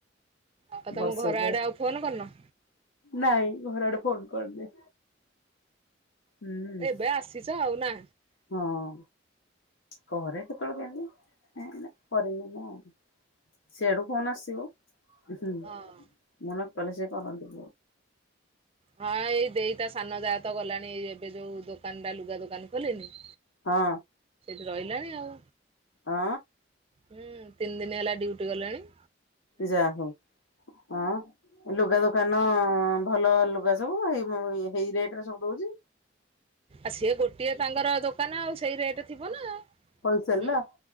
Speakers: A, on the right; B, on the left.
A: ଅପା ତମ
B: ବର୍ଷକ
A: ଘର ଆଡେ ଆଉ ଫୋନ କରିନ?
B: ନାଇଁ ଘର ଆଡେ ଫୋନ କରିନି ହୁଁ
A: ଏବେ ଆସିଛ ଆଉ ନା
B: ହଁ କରେ କେତେବେଳେ କେମୀନ୍ତି ଏଇନା କରିନି ମୁଁ ସିଆଡୁ ଫୋନ ଆସିବ ହୁ ମୁଁ
A: ହଁ।
B: ନ କଲେ ସେ କରନ୍ତି
A: ହଁ ଏଇ ଦେଇତା ସାନ ଯା ତ ଗଲାଣି ଏ ଏବେ ଯୋଉ ଦୋକାନଟା ଲୁଗା ଦୋକାନ ଖୋଲିନି
B: ହଁ
A: ରହିଲା ଆଉ
B: ଅ
A: ହୁଁ ତିନି ଦିନ ହେଲା ଡ୍ୟୁଟି ଗଲେଣି
B: ଯାହୋଉ ହଁ ଲୁଗା ଦୋକାନ ନ ଭଲ ଲୁଗା ସବୁ ହେଇମ ହେଇ ରେଟରେ ସବୁ ଦଉଛି
A: ଏ ସେ ଗୋଟିଏ ତାଙ୍କର ଦୋକାନ ଆଉ ସେଇ ରେଟ ଥିବ ନା ଉ ହଁ
B: ହୋଲସେଲ ନା